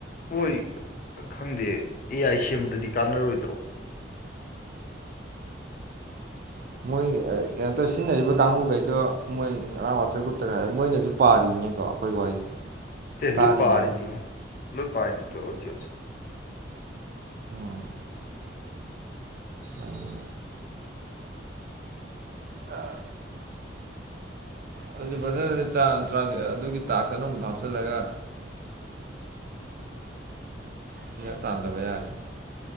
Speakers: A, on the left; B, on the right.
A: ꯍꯣꯏ ꯈꯪꯗꯦ ꯑꯦ ꯑꯥꯏ ꯁꯦꯝꯕꯗꯗꯤ ꯀꯥꯟꯅꯔꯣꯏꯗ꯭ꯔꯣ <unintelligible>
B: ꯃꯣꯏ ꯀꯩꯅꯣ ꯇꯧꯔ ꯁꯤꯖꯤꯟꯅꯔꯤꯕ ꯀꯥꯡꯕꯨꯈꯩꯗꯣ ꯃꯣꯏ ꯑꯥꯎ ꯋꯥꯆꯞ ꯒ꯭ꯔꯨꯞꯇꯒꯥꯏ ꯍꯥꯏ ꯃꯣꯏꯅꯁꯨ ꯄꯥꯔꯤꯅꯦꯀꯣ ꯑꯩꯈꯣꯏ ꯋꯥꯔꯤꯁꯦ
A: ꯑꯦ
B: ꯇꯥꯔꯤꯅꯦꯕ
A: ꯂꯣꯏ ꯄꯥꯔꯅꯤ ꯑꯣ ꯂꯣꯏ ꯄꯥꯏꯅꯤ ꯑꯣꯗꯤ
B: ꯎꯝ ꯑꯝ ꯑꯥ ꯑꯗꯨꯗꯤ ꯕ꯭ꯔꯗꯔ ꯑꯗꯨꯒꯤ ꯇꯥꯛꯁ ꯑꯅꯧꯕꯗꯣ ꯍꯥꯞꯆꯤꯜꯂꯒ
A: <unintelligible>
B: ꯑꯗꯨꯒ ꯇꯥꯟꯗꯕ ꯌꯥꯔꯦꯅꯦ